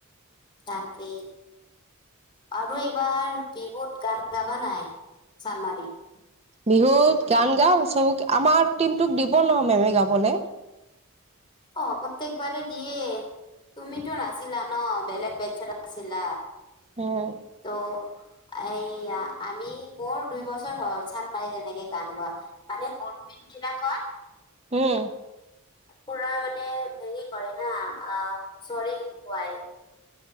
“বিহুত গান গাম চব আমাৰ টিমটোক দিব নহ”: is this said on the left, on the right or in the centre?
Right